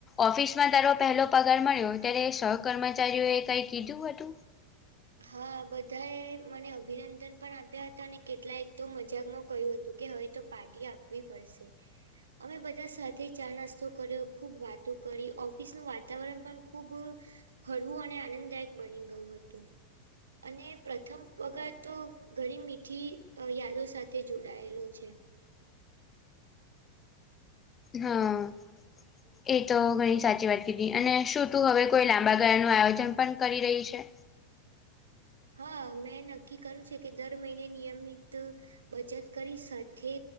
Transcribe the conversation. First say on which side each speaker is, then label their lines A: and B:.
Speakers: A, on the left; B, on the right.
A: ઓફિસમાં તારો પહેલો પગાર મળ્યો ત્યારે સહ કર્મચારીઓએ કઈ કીધું હતું
B: હા બધા એ મને અભિનંદન પણ આપ્યા હતા અને કેટલાય તો મજાકમાં કયુ હતું તો કે હવે તો પાર્ટી આપવી પડશે. અમે બધે સાથે ચા નાસ્તો કર્યો ખૂબ વાતો કરી ઓફિસ નુ વાતાવરણ પણ ખુબ હળવું અને આનંદદાયક બની ગયું હતું. અને પ્રથમ પગાર તો ઘણી મીઠી અ યાદો સાથે જોડાયેલો છે.
A: હા.
B: <unintelligible>
A: એ તો ઘણી સાચી વાત કીધી અને શું તું હવે કોઈ લાંબા ગાળાનું આયોજન પણ કરી રહી છે.
B: હા મેં નક્કી કર્યું છે કે દર મહિને નિયમિત. બચત કરી સાથે